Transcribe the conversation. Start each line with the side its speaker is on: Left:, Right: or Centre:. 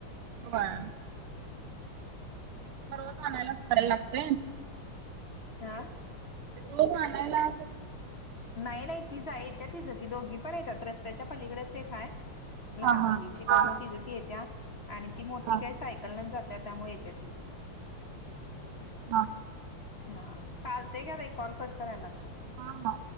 Right: होय. मग रोज आणायला सोडायला लागतय.
Left: आ
Right: रोज आणायला सो
Left: नाही नाही ती, जा येत्या तीच ती, दोघी पण येतात रस्त्याच्या पलीकडेच एक हाय लहान
Right: हा हा
Left: मुलीची,
Right: हा
Left: त्यामुळे तिजं ती येत्या, आणि ती मोठी
Right: हा
Left: काही सायकल न जात्या त्यामुळे येत्या तिजं ती.
Right: हा.
Left: हा, चालतय घ्या ताई, कॉल कट करायला लागणार.
Right: हा हा.